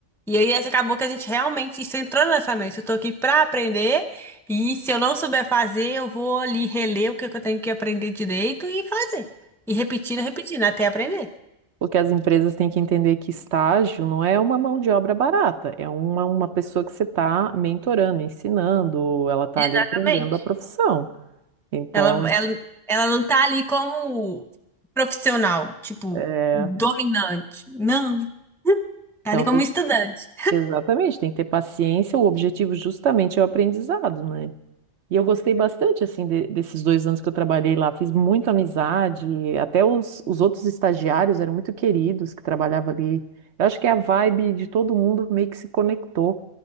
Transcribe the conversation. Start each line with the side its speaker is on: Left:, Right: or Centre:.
Centre: E aí acabou que a gente realmente isso entrou na nossa mente. Eu tô aqui pra aprender e se eu não souber fazer, eu vou ali reler o que que eu tenho que aprender direito e fazer. E repetindo, repetindo até aprender.
Right: Porque as empresas têm que entender que estágio não é uma mão de obra barata, é uma, uma pessoa que você está mentorando, ensinando, ela está
Centre: Exatamente.
Right: ali aprendendo a profissão. Então,
Centre: Ela, ela, ela não tá ali como profissional, tipo,
Right: é,
Centre: dominante. Não, tá
Right: então
Centre: ali como
Right: tem que-
Centre: estudante.
Right: exatamente, tem que ter paciência, o objetivo justamente é o aprendizado, né? E eu gostei bastante, assim, de- desses dois anos que eu trabalhei lá, fiz muita amizade, até os, os outros estagiários eram muito queridos que trabalhavam ali. Eu acho que é a vibe de todo mundo meio que se conectou.